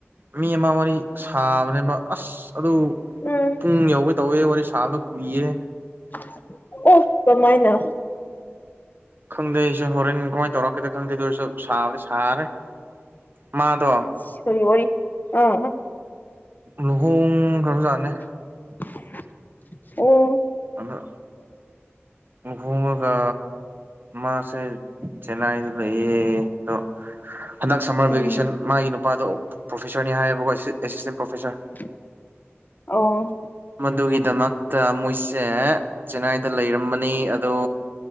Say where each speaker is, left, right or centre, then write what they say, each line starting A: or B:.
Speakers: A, on the right; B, on the left.
A: ꯃꯤ ꯑꯃ ꯋꯥꯔꯤ ꯁꯥꯕꯅꯦꯕ ꯑꯁ ꯑꯗꯨ
B: ꯎꯝ
A: ꯄꯨꯡ ꯌꯧꯒꯦ ꯇꯧꯋꯦ ꯋꯥꯔꯤ ꯁꯥꯕꯗꯨ ꯀꯨꯏꯌꯦ
B: <unintelligible> ꯑꯣ ꯀꯃꯥꯏꯅ
A: ꯈꯪꯗꯦ ꯑꯩꯁꯨ ꯍꯣꯔꯦꯟ ꯀꯃꯥꯏꯅ ꯇꯧꯔꯛꯀꯗꯦ ꯈꯪꯗꯦ ꯑꯗꯨꯁꯨ ꯁꯥꯕꯗꯤ ꯁꯥꯔꯦ ꯃꯥꯗꯣ
B: ꯑꯁ ꯀꯔꯤ ꯋꯥꯔꯤ ꯑꯥ
A: ꯂꯨꯍꯣꯡ ꯈ꯭ꯔꯕꯖꯥꯠꯅꯦ
B: <unintelligible> ꯎꯝ
A: ꯑꯗꯨ ꯂꯨꯍꯣꯡꯉꯒ ꯃꯥꯁꯦ ꯆꯦꯟꯅꯥꯏꯗꯥ ꯂꯩꯌꯦ ꯑꯗꯣ ꯍꯟꯗꯛ ꯁꯝꯃꯔ
B: ꯎꯝ
A: ꯚꯦꯀꯦꯁꯟ ꯃꯥꯒꯤ ꯅꯨꯄꯥꯗꯣ ꯄ꯭ꯔꯣꯐꯦꯁꯔꯅꯤ ꯍꯥꯏꯌꯦꯕꯀꯣ ꯑꯦꯁꯤꯁꯇꯦꯟ ꯄ꯭ꯔꯣꯐꯦꯁꯔ
B: <unintelligible> ꯑꯧ
A: ꯃꯗꯨꯒꯤꯗꯃꯛꯇ ꯃꯣꯏꯁꯦ ꯆꯦꯟꯅꯥꯏꯗ ꯂꯩꯔꯝꯕꯅꯤ ꯑꯗꯣ